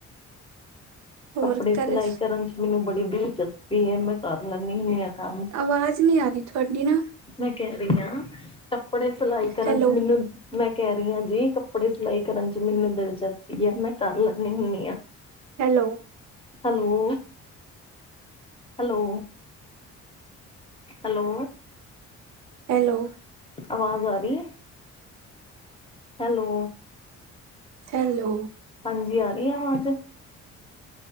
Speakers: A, on the right; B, on the left.
A: ਹੋਰ
B: ਕੱਪੜੇ ਸਿਲਾਈ
A: ਘਰੇ
B: ਕਰਨ ਚ ਮੈਨੂੰ ਬੜੀ ਦਿਲਚਸਪੀ ਹੈ, ਮੈਂ ਕਰ ਲੈਂਨੀਂ ਹੁੰਨੀਂ ਆਂ ਕੰਮ
A: ਆਵਾਜ਼ ਨਹੀਂ ਆ ਰਹੀ ਤੁਹਾਡੀ ਨਾ
B: ਮੈਂ ਕਹਿ ਰਹੀ ਆਂ, ਕੱਪੜੇ ਸਿਲਾਈ ਕਰਨ
A: ਹੈਲੋ
B: ਚ ਮੈਨੂੰ ਮੈਂ ਕਹਿ ਰਹੀ ਹਾਂ ਜੀ ਕੱਪੜੇ ਸਿਲਾਈ ਕਰਨ ਚ ਮੈਨੂੰ ਦਿਲਚਸਪੀ ਐ, ਮੈਂ ਕਰ ਲੈਂਨੀ ਹੁੰਨੀ ਆਂ
A: hello
B: hello hello hello
A: hello
B: ਅਵਾਜ਼ ਆ ਰਹੀ ਏ ਹੈਲੋ
A: ਹੈਲੋ
B: ਹਾਂਜੀ ਆ ਰਹੀ ਏ ਆਵਾਜ